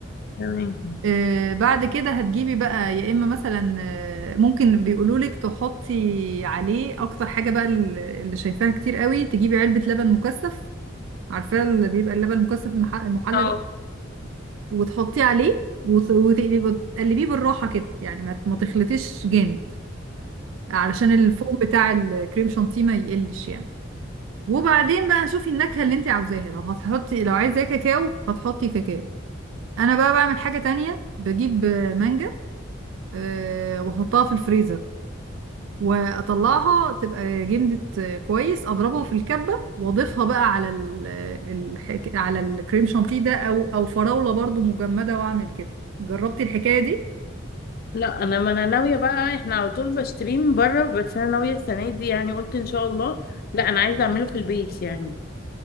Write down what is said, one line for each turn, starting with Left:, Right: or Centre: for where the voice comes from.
Left: تمام
Right: آه، بعد كده هتجيبي بقى يا اما مثلا آه، ممكن بيقولولك تحطي عليه اكتر حاجه بقى ال- اللي شايفاها كتير قوي تجيبي علبه لبن مكثف عارفاه اللي بيبقى اللبن المكثف المح- المحلى
Left: اه
Right: ده وتحطيه عليه وت- وتقلبي- وتقلبيه بالراحه كده يعني ما ما تخلطيش جامد علشان الفوم بتاع الكريم شانتيه ما يقلش يعني وبعدين بقى شوفي النكهه اللي انت عاوزاها لو هتحطي لو عايزاه كاكاو هتحطي كاكاو انا بقى بعمل حاجه تانية بجيب آه، مانجا آه، واحطها في الفريزر واطلعها تبقى جمدت آه، كويس اضربها في الكبه واضيفها بقى على ال الحك... على الكريم شانتيه ده او او فراوله برضو مجمده واعمل كده جربتي الحكايه دي
Left: لا انا ما انا ناويه بقى احنا على طول بشتريه من بره بس انا ناويه السنه دي يعني قلت ان شاء الله لا انا عايزه اعمله في البيت يعني